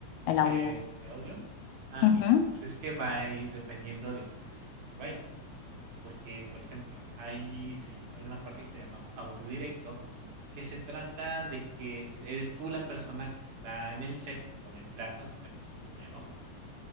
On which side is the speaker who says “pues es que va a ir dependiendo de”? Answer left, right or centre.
Right